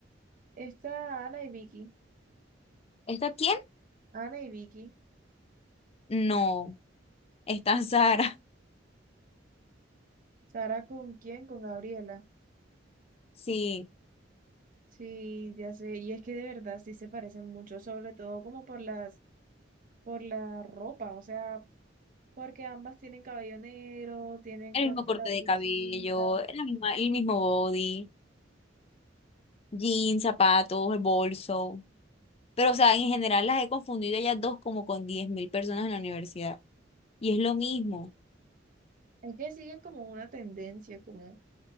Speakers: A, on the right; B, on the left.
A: esta Ana y Vicky,
B: ¿Esta quién?
A: Ana y Vicky,
B: No, Está Sara,
A: ¿Sara con quién? Con Gabriela.
B: sí,
A: Sí, ya sé, y es que de verdad sí se parecen mucho, sobre todo como por las, por la ropa, o sea, porque ambas tienen cabello negro, tienen
B: el
A: co-
B: mismo
A: de
B: corte
A: la
B: de
A: blusita.
B: cabello, la misma, el mismo body, jeans, zapatos, el bolso. Pero, o sea, en general las he confundido a ellas dos como con 10.000 personas en la universidad. Y es lo mismo.
A: Es que siguen como una tendencia, como,